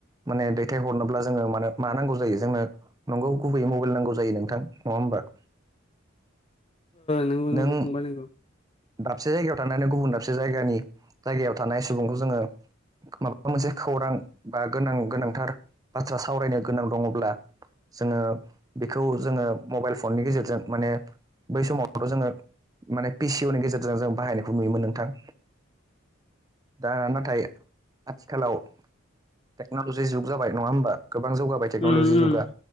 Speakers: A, on the right; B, on the left.
A: माने दैथाय हरनोब्ला जोङो माने मा नांगौ जायो जोंनो नंगौ गुबैयै मबाइल नांगौ जायो नोंथां नङा होमबा
B: नंगौ
A: नों
B: नंगौ फंबाय नोंगौ
A: दाबसे जायगायाव थानानै गुबुन दाबसे जायगानि जायगायाव थानाय सुबुंखौ जोङो माबा मोनसे खौरां बा गोनां गोनांथार बाथ्रा सावरायनो गोनां दङब्ला जोङो बेखौ जोङो मबाइल फननि गेजेरजों माने बै समावथ जोङो माने पिसिअ नि गेजेरजों जों बाहायनायखौ नुयोमोन नोंथां दा नाथाय आथिखालाव टेक्नलजि जुग जाबाय नङा होमबा गोबां जौगाबाय टेक्नलजि
B: उम उम
A: जुगा